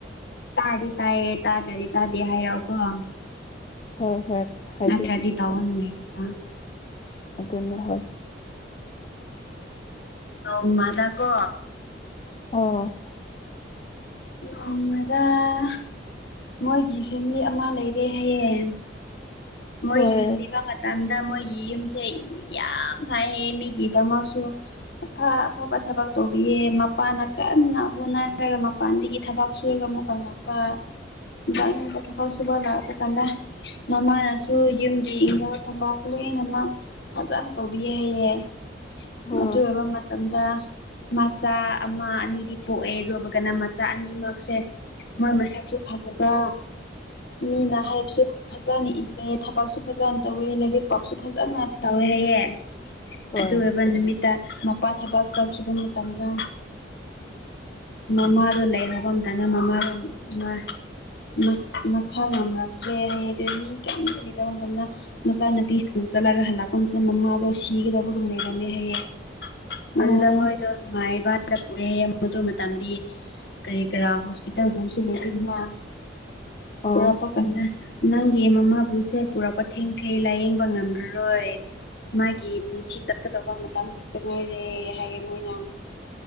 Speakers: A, on the left (about 60°); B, on the left (about 35°).
A: ꯇꯥꯗꯤ ꯇꯥꯏꯌꯦ ꯇꯥꯗ꯭ꯔꯗꯤ ꯇꯥꯗꯦ ꯍꯥꯏꯔꯛꯑꯣꯀꯣ
B: ꯍꯣꯏ ꯍꯣꯏ ꯍꯥꯏꯒꯦ
A: ꯅꯠꯇ꯭ꯔꯗꯤ ꯇꯧꯕ ꯅꯨꯡꯉꯥꯏꯇꯦꯗ
B: ꯑꯗꯨꯅ ꯍꯣꯏ
A: ꯅꯣꯡꯃ ꯗꯀꯣ
B: ꯑꯣ
A: ꯍꯣꯃꯔ ꯃꯣꯏꯒꯤ ꯐꯦꯃꯤꯂꯤ ꯑꯃ ꯂꯩꯔꯦ ꯍꯌꯦꯡ ꯃꯣꯏ
B: ꯍꯣꯏ
A: ꯍꯤꯡꯂꯤꯕ ꯃꯇꯝꯗ ꯃꯣꯏꯒꯤ ꯌꯨꯝꯁꯦ ꯏ ꯌꯥꯝ ꯐꯩꯌꯦ ꯃꯤꯒꯤ ꯗꯃꯛꯁꯨ ꯑꯐ ꯑꯐꯕ ꯊꯕꯛ ꯇꯧꯕꯤꯌꯦ ꯃꯄꯥꯅ ꯀꯟꯅ ꯍꯣꯠꯅꯔꯒ ꯃꯞ ꯃ ꯄꯥꯟꯒꯤ ꯊꯕꯛ ꯁꯨꯔꯒ ꯑꯃꯨꯛ ꯀꯜꯂꯛꯄ <inaudible> ꯀꯤ ꯐꯥꯎ ꯁꯨꯕ ꯂꯥꯛꯄ ꯀꯥꯟꯗ ꯃꯃꯥꯖ ꯁꯨ ꯌꯨꯝꯒꯤ ꯏꯪꯅꯕ ꯊꯕꯛ ꯈꯨꯠꯂꯣꯏꯅꯃꯛ ꯐꯖꯅ ꯇꯧꯕꯤꯌꯦ ꯍꯥꯏꯩꯌꯦꯦ
B: ꯍꯣꯏ
A: ꯃꯕ ꯃ ꯇꯝꯗ ꯃꯆꯥ ꯑꯃ ꯑꯅꯤꯗꯤ ꯄꯣꯛꯑꯦ ꯑꯗꯨ ꯑꯃꯒꯅ ꯃꯆꯥ ꯑꯅꯤꯃꯛꯁꯦ ꯃꯥꯏ ꯃꯁꯛꯁꯨ ꯐꯖꯕ ꯃꯤꯅ ꯍꯥꯏꯕꯁꯨ ꯐꯖꯅ ꯏꯜꯂꯦ ꯊꯕꯛꯁꯨ ꯐꯖꯅ ꯇꯧꯋꯦ ꯂꯥꯏꯔꯤꯛ ꯄꯥꯕꯁꯨ ꯐꯖꯅ ꯇꯧꯋꯦ ꯍꯥꯏꯌꯦ
B: ꯍꯣꯏ
A: ꯑꯗꯨ ꯑꯣꯏꯕ ꯅꯨꯃꯤꯠ ꯇ ꯃꯄꯥ ꯊꯕꯛ ꯇꯧꯈꯤꯕ ꯃꯇꯝꯗ ꯃꯃꯥꯗꯣ ꯂꯩꯍꯧꯕ ꯑꯃꯇꯅ ꯃꯃꯥꯗꯣ ꯃꯥ ꯃꯁ ꯃꯁꯥ ꯉꯝꯃꯛꯇ꯭ꯔꯦ ꯍꯥꯏꯌꯦ ꯑꯗꯨꯗꯤ ꯃꯤ ꯀꯌ꯭ꯥꯝ ꯆꯠꯂꯤ <inaudible> ꯇꯝꯅ ꯃꯆꯥ ꯅꯨꯄꯤ ꯁ꯭ꯀꯜ ꯆꯠꯂꯒ ꯍꯜꯂꯛꯄ ꯃꯇꯝꯗ ꯃꯃꯥꯗꯣ ꯁꯤꯒꯗꯕꯒꯨꯝ ꯂꯩꯔꯝꯃꯦ ꯍꯥꯌꯦ ꯃꯗꯨꯗ
B: ꯑꯣ
A: ꯃꯣꯏꯗꯣ ꯃꯥꯏꯕ ꯗ ꯄꯨꯔꯦꯝ ꯃꯗꯨ ꯃꯇꯝꯗꯤ ꯀꯔꯤ ꯀꯔꯥ ꯍꯣꯁꯄꯤꯇꯥꯜꯒꯨꯝꯕꯁꯨ ꯂꯩꯇꯦꯗꯅ
B: ꯑꯣ
A: ꯄꯨꯔꯛꯄ ꯀꯥꯟꯗ ꯅꯪꯒꯤ ꯃꯃꯥꯕꯨꯁꯦ ꯄꯨꯔꯛꯄ ꯊꯦꯡꯈ꯭ꯔꯦ ꯂꯥꯏꯌꯦꯡꯕ ꯉꯝꯗ꯭ꯔꯥ ꯑꯔꯣꯏ ꯃꯥꯒꯤ ꯄꯨꯟꯁꯤ ꯆꯠꯀꯗꯕ ꯃꯇꯝ ꯈꯛ ꯇꯛ ꯉꯥꯏꯔꯦ ꯍꯥꯏꯌꯦ ꯃꯣꯏꯅ